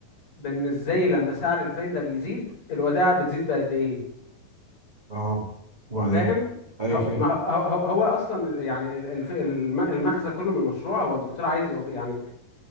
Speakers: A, on the left; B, on the right.
A: بان ازاي لما سعر الفايدة بيزيد الودائع بتزيد بقد ايه
B: اه وبعدين
A: فاهم
B: ايوه
A: هو
B: فاهم
A: ما هو, هو, هو اصلا ال- يعني ال- الف- الم- المغزى كله من المشروع هو الدكتور عايز يوص- يعني